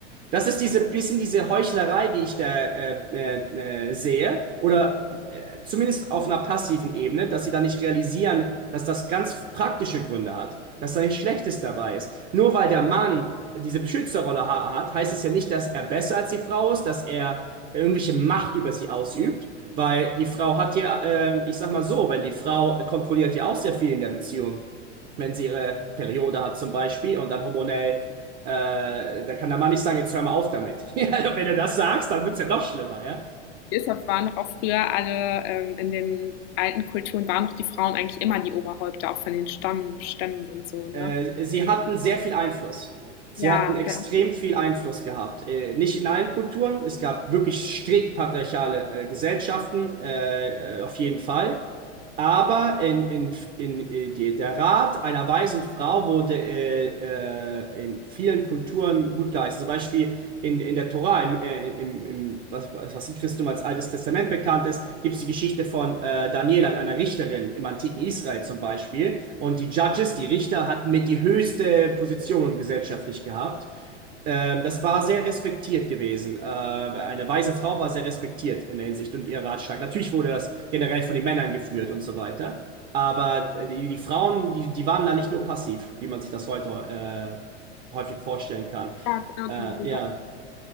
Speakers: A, on the right; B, on the left.
A: Das ist diese bisschen diese Heuchlerei, die ich da äh, äh, äh, sehe, oder äh, zumindest auf einer passiven Ebene, dass sie da nicht realisieren, dass das ganz praktische Gründe hat, dass da nichts Schlechtes dabei ist. Nur weil der Mann diese Beschützerrolle ha hat, heißt es ja nicht, dass er besser als die Frau ist, dass er irgendwelche Macht über sie ausübt, weil die Frau hat ja, äh, ich sag mal so, wenn die Frau kontrolliert ja auch sehr viel in der Beziehung wenn sie ihre Periode hat zum Beispiel und dann hormonell äh, da kann der Mann nicht sagen, jetzt hör mal auf damit. <laughs> wenn du das sagst, dann wird's ja noch schlimmer, ja.
B: Deshalb waren doch auch früher alle ähm, in den alten Kulturen waren doch die Frauen eigentlich immer die Oberhäupter, auch von den Stamm, Stämmen und so, ne?
A: Äh, sie hatten sehr viel Einfluss. Sie
B: Ja,
A: hatten extrem
B: ja,
A: viel Einfluss gehabt. Äh, nicht in allen Kulturen. Es gab wirklich strikt patriarchale äh, Gesellschaften, äh, äh, auf jeden Fall. Aber in, in, in, äh, die, der Rat einer weisen Frau wurde äh, äh, in vielen Kulturen gut geheißen. Zum Beispiel in, in der Tora, im, äh, im, im, was, was im Christentum als Altes Testament bekannt ist, gibt es die Geschichte von äh, Daniela, einer Richterin im antiken Israel zum Beispiel und die Judges, die Richter, hatten mit die höchste Position gesellschaftlich gehabt. Ähm, das war sehr respektiert gewesen. Äh, eine weise Frau war sehr respektiert in der Hinsicht und ihr Ratschlag. Natürlich wurde das generell von den Männern geführt und so weiter. Aber äh, die, die Frauen, die, die waren da nicht nur passiv, wie man sich das heute äh, häufig vorstellen kann.
B: ja, genau,
A: Äh,
B: die, die
A: ja,
B: hatten